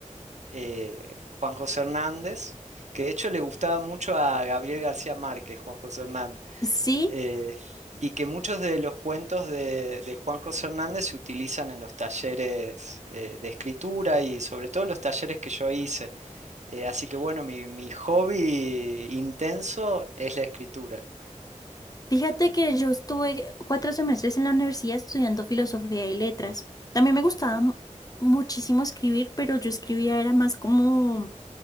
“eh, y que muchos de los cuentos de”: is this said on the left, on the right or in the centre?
Right